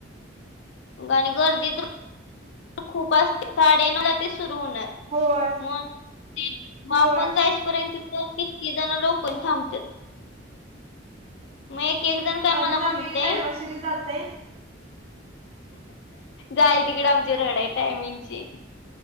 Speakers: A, on the left (about 65°); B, on the right (about 30°).
A: आणि गर्दीत तर <inaudible> खूप असते. साडे नऊला ते सुरू होणार.
B: होय
A: मग, मग
B: होय
A: आपण जाइस पर्यंत तिथ कीती जण <unintelligible> थांबत्यात. मग एक एक जण काय
B: आधी
A: मला म्हणते
B: <unintelligible> जाते
A: जाईल तिकड आमची रड आहे टायमिंगची.